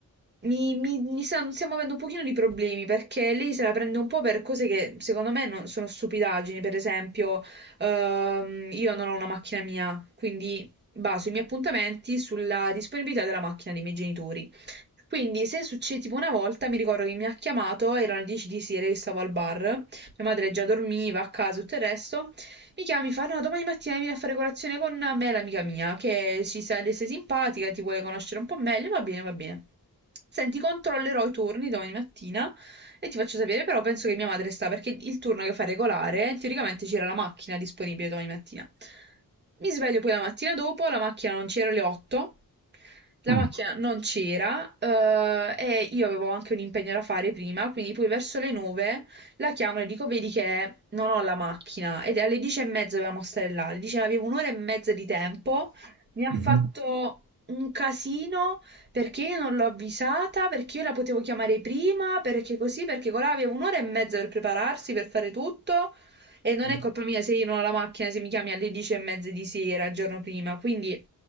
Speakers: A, on the right; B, on the right.
A: mi, mi- mi sta- stiamo avendo un pochino di problemi perché lei se la prende un po' per cose che secondo me non sono stupidaggini. Per esempio, ehm, io non ho una macchina mia, quindi baso i miei appuntamenti sulla disponibilità della macchina dei miei genitori. Quindi, se succede tipo una volta, mi ricordo che mi ha chiamato, erano le 10 di sera, io stavo al bar, mia madre già dormiva a casa, tutto il resto. Mi chiama, mi fa: No, domani mattina vieni a fare colazione con me, l'amica mia, che ci sa le sei simpatica, ti vuole conoscere un po' meglio. Va bene, va bene. Senti, controllerò i turni domani mattina e ti faccio sapere, però penso che mia madre sta perché il turno che fa regolare, teoricamente c'era la macchina disponibile domani mattina. Mi sveglio poi la mattina dopo, la macchina non c'era alle 8, la
B: Mm.
A: macchina non c'era eh, e io avevo anche un impegno da fare prima, quindi poi verso le 9 la chiamo, e le dico, vedi che non ho la macchina ed alle dieci e mezza dovevamo stare là. Le dice, avevo un'ora e mezza di tempo, mi ha
B: <laughs>
A: fatto un casino perché io non l'ho avvisata, perché io la potevo chiamare prima, perché così, perché colà aveva un'ora e mezza per prepararsi, per fare tutto. E non
B: Mhm.
A: è colpa mia se io non ho la macchina, se mi chiami alle dieci e mezza di sera, il giorno prima. Quindi,